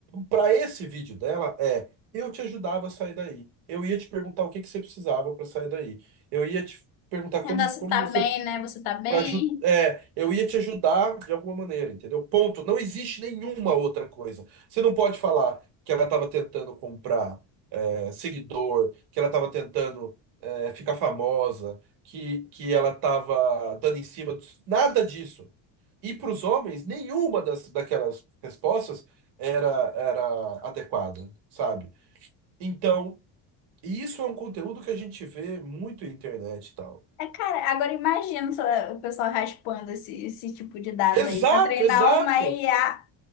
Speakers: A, on the right (about 60°); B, on the left (about 85°).
A: para esse vídeo dela é: eu te ajudava a sair daí. Eu ia te perguntar o que que você precisava para sair daí. Eu ia te perguntar como,
B: Ainda você
A: como
B: tá
A: você
B: bem, né? Você tá bem?
A: Pra, aju- é, eu ia te ajudar de alguma maneira, entendeu? Ponto. Não existe nenhuma outra coisa. Você não pode falar que ela estava tentando comprar é, seguidor, que ela estava tentando é, ficar famosa, que, que ela estava dando em cima dos... Nada disso. E para os homens, nenhuma das, daquelas respostas era, era adequada, sabe? Então, isso é um conteúdo que a gente vê muito na internet e tal.
B: É, cara, agora imagina só o pessoal raspando esse, esse tipo de dado
A: Exato,
B: aí pra treinar
A: exato.
B: uma IA.